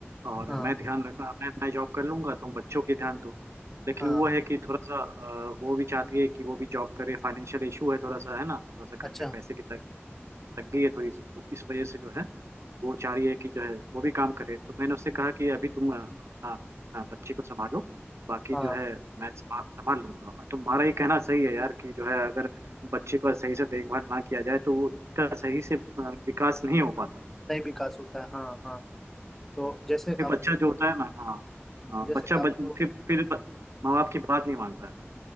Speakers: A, on the right; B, in the centre.
A: और
B: हाँ
A: मैं ध्यान रख मैं मैं जॉब कर लूंगा तुम बच्चों पे ध्यान दो लेकिन
B: हाँ
A: वो है कि थोड़ा सा अ, वो भी चाहती है कि वो भी जॉब करे फाइनेंशियल इशू है थोड़ा सा है ना थोड़ा सा
B: अच्छा
A: घर में पैसे की तंग- तंगी है थोड़ी सी तो इस वजह से जो है वो चाह रही है कि जो है वो भी काम करे तो मैंने उससे कहा कि अभी तुम अ, अपना अ, बच्चे को संभालो बाकी
B: हाँ
A: जो है मैं समा- संभाल लूंगा और तुम्हारा ये कहना सही है यार कि जो है अगर बच्चे का सही से देखभाल ना किया जाए तो वो उसका सही से अ, विकास नहीं हो पाता
B: नहीं विकास होता है हाँ हाँ तो
A: हाँ।
B: जैसे
A: फिर
B: अब
A: बच्चा जो होता है ना हाँ हाँ
B: जैसे
A: बच्चा
B: आप
A: बच, फिर फिर ब- माँ बाप की बात नहीं मानता है